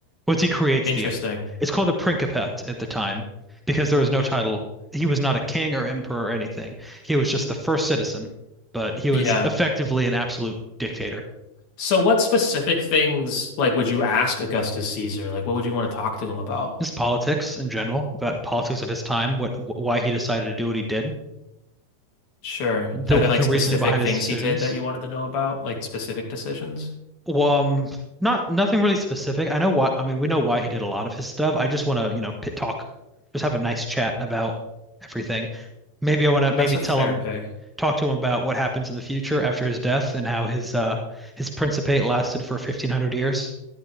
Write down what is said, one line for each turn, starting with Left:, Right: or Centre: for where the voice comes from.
Centre: Once he creates
Left: Interesting.
Centre: the it's called the Principate at the time because there was no title. He was not a king or emperor or anything. He was just the first citizen, but he was
Left: Yeah.
Centre: effectively an absolute dictator.
Left: So what specific things like would you ask Augustus Caesar? Like what would you want to talk to him about?
Centre: His politics in general, about politics of his time, what why he decided to do what he did,
Left: Sure.
Centre: the
Left: Are there like
Centre: the
Left: specific
Centre: reasoning behind
Left: things
Centre: his decisions.
Left: he did that you wanted to know about? Like specific decisions?
Centre: Well, um, not nothing really specific. I know why. I mean, we know why he did a lot of his stuff. I just want to, you know, pit talk, just have a nice chat about everything. Maybe I want to maybe
Left: That's a
Centre: tell
Left: fair
Centre: him
Left: pick.
Centre: talk to him about what happens in the future after his death and how his uh his principate lasted for 1500 years